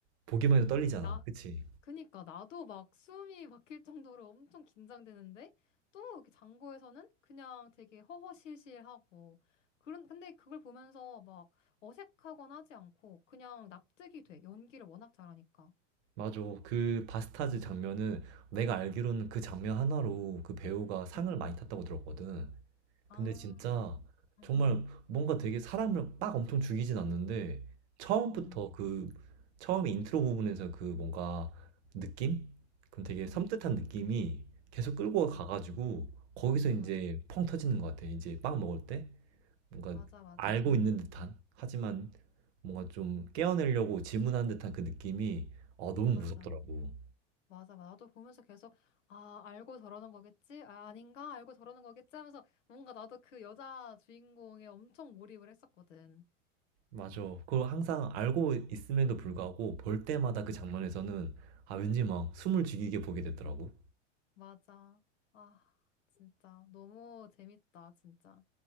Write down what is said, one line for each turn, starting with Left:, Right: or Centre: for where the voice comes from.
Right: 보기만 해도 떨리잖아.
Left: 나,
Right: 그치?
Left: 그니까 나도 막 숨이 막힐 정도로 엄청 긴장되는데 또 이렇게 장고에서는 그냥 되게 허허실실하고 그런 근데 그걸 보면서 막 어색하거나 하지 않고 그냥 납득이 돼. 연기를 워낙 잘하니까.
Right: 맞아. 그 바스타즈 장면은 내가 알기로는 그 장면 하나로 그 배우가 상을
Left: 응,
Right: 많이 탔다고 들었거든.
Left: 아,
Right: 근데 진짜
Left: 응,
Right: 정말 뭔가 되게 사람을 막 엄청 죽이진 않는데 처음부터
Left: 응,
Right: 그 처음에 인트로 부분에서 그 뭔가 느낌? 그럼 되게 섬뜩한
Left: 응,
Right: 느낌이 계속 끌고
Left: 그치.
Right: 가가지고 거기서 이제
Left: 맞아.
Right: 펑 터지는 것 같아. 이제 빵 먹을 때. 뭔가
Left: 맞아, 맞아.
Right: 알고 있는 듯한 하지만 뭔가 좀 깨어내려고 질문하는 듯한 그 느낌이 어, 너무 무섭더라고.
Left: 맞아. 맞아, 맞아. 나도 보면서 계속, 아, 알고 저러는 거겠지? 아, 아닌가? 알고 저러는 거겠지? 하면서 뭔가 나도 그 여자 주인공에 엄청 몰입을 했었거든.
Right: 맞아. 그걸 항상 알고 있음에도 불구하고
Left: 응,
Right: 볼 때마다 그
Left: 응.
Right: 장면에서는 아 왠지 막 숨을 죽이게 보게 되더라고.
Left: 맞아. 아, 진짜. 너무 재밌다, 진짜.